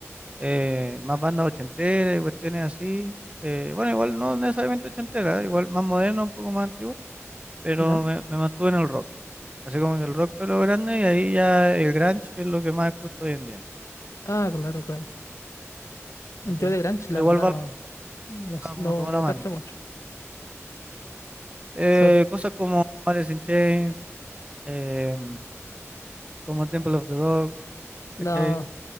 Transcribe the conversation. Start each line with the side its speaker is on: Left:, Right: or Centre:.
Right: eh, más bandas ochenteras y cuestiones así. eh, bueno, igual no necesariamente ochenteras, igual más moderno, un poco más antiguo, pero
Left: ya.
Right: me, me mantuve en el rock. Así como que el rock fue lo grande y ahí ya el grunge, que es lo que más escucho hoy en día.
Left: Ah, claro, claro. Yo
Right: ¿cachai?
Left: de Grunge,
Right: Pero
Left: la verdad,
Right: igual va,
Left: no, no, s-
Right: va
Left: no,
Right: como toda
Left: no
Right: la mano.
Left: cacho mucho.
Right: Eh,
Left: Son,
Right: cosas como Alice in Chains, eh, como Temple of the Dog,
Left: no,
Right: ¿cachai?